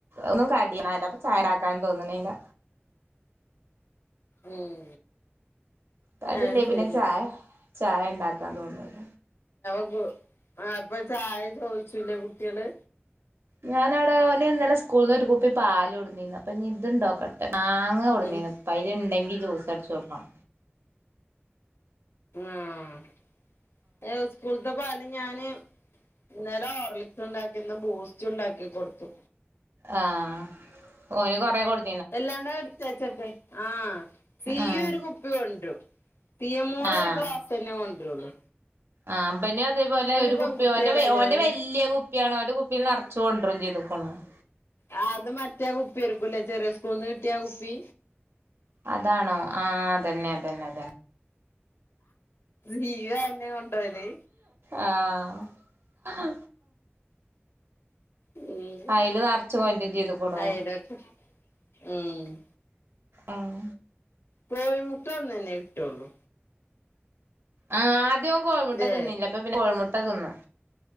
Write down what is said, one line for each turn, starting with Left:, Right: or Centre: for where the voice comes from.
Right: ഒന്നും കടിയണല്ല അപ്പൊ ചായആ ക്കാൻ തോനണില്ല
Left: ഉം
Right: കടില്ലേ
Left: ആഹ് ശരി
Right: പിന്നെ ചായ ചായ ഉണ്ടാക്കാൻ തോന്നൂല
Left: പ്പ ആ ഇപ്പൊ ചായ ചോദിച്ചുല്ലേ കുട്ടികള്
Right: ഞാനവിടെനെ ഇന്നലെ സ്കൂളി ന്ന് ഒരു കുപ്പി പാലൊണ്ട ന്നിന് <unintelligible> ഇതുണ്ടോ മാങ്ങ കൊടുന്നീന്
Left: ഉം
Right: തൈര് ണ്ടെങ്കി ജ്യൂസ് അടിച്ച് കൊടുക്കണം
Left: ആഹ <unintelligible> സ്കൂളത്തെ പോല ഞാന് ഇന്നലെ ഓർലിക്സ് ഉണ്ടാക്കിന്ന് ബൂസ്റ്റ് ഉണ്ടാക്കി കൊടുത്തു
Right: ആഹ ഓന് കൊറ കൊടു
Left: വല്ലാണ്ടാ എടുത്തേച്ചട്ടെ ആഹ് സീയു
Right: ഉം
Left: ഒരു കുപ്പി കൊണ്ടുരും സിയ മോള്
Right: ആഹ്
Left: ഒരു ക്ലാസന്നെ കൊണ്ടുവരുള്ളു
Right: ആഹ് ബന്യാ അതേപോലെ ഒരു
Left: പെൺകുട്ടികളല്ലേ
Right: കുപ്പിയോ അവന്റെ ഓന്റെ
Left: ഓല്
Right: വലിയ കുപ്പിയാണ് അവന്റെ കുപ്പിൽ നിറച്ച് കൊണ്ടരും ചെയ്തക്കൊണു -
Left: ആ അത് മറ്റേ കുപ്പി ആര്ക്കൂലേ ചെറിയ സ്കൂൾന്ന് കിട്ടിയ കുപ്പി
Right: അതാണോ ആ അതന്നെ അതന്നെ അതന്നെ
Left: നീവ അന്നെ കൊണ്ടോവല്
Right: ആഹ്
Left: ഉം
Right: കയില് നിറച്ചും <unintelligible> ചെയ്തുക്കണോ
Left: അയിലൊക്കെ ഉം
Right: ആഹ്
Left: കോയിമുട്ട ഒന്നന്നെ കിട്ടുള്ളൂ
Right: ആഹ് ആദ്യം ഇവൻ കോഴിമുട്ട
Left: ല്ലേ
Right: തിന്നില്ല അപ്പൊ പിന്നെ കോഴിമുട്ട തിന്നും